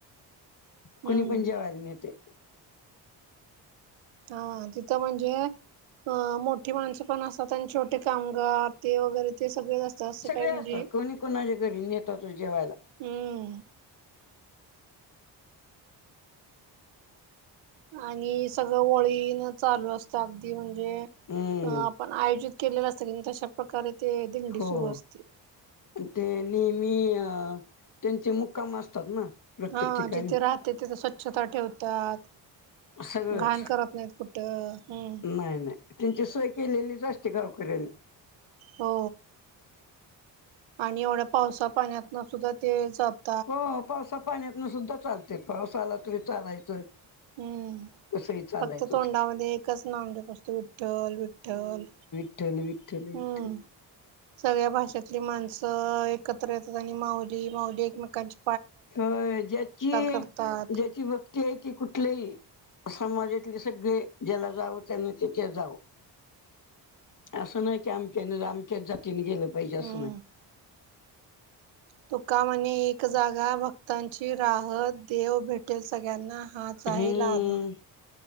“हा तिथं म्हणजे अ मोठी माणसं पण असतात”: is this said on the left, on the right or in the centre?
Right